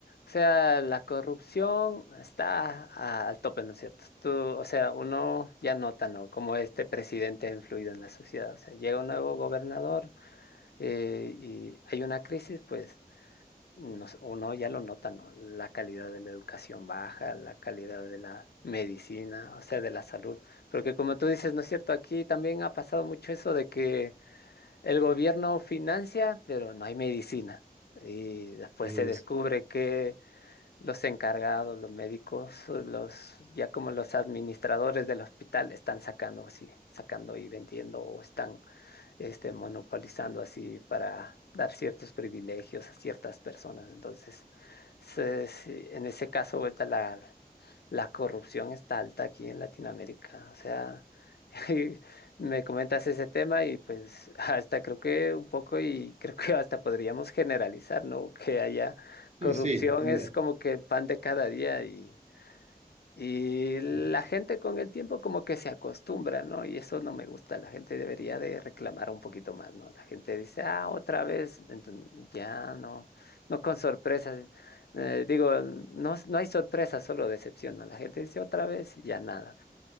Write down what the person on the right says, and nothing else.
Sí,
sí,
sí, yo también.
sí.